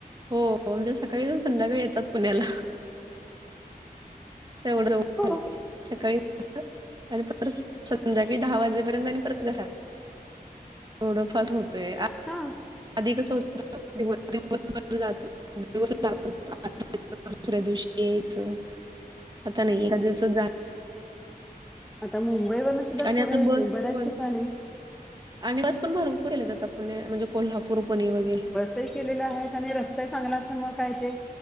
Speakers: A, on the right; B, in the centre.
A: हो आमच्या सकाळी जाऊन संध्याकाळी येतात पुण्याला एवढं
B: हो
A: झा सकाळी आणि परत संध्याकाळी दहा वाजेपर्यंत आणि परत घरात. थोडंफार होतय आ.
B: हा!
A: अधिक सस् <unintelligible> ज दिस दुसऱ्या दिवशी यायचं <unintelligible> आता नही एका दिवसात जा
B: आता मुंबईवरन सुद्धा
A: आणि
B: पुढे
A: आता बस
B: बऱ्याच
A: पण
B: ठिकाणी
A: आणि बस पण भरपूर येल आता पुणे म्हणजे कोल्हापूर पुणे वगैरे.
B: तई केलेल्या आहेत आणि रस्ते चांगला असल्या मूळ मग काय ते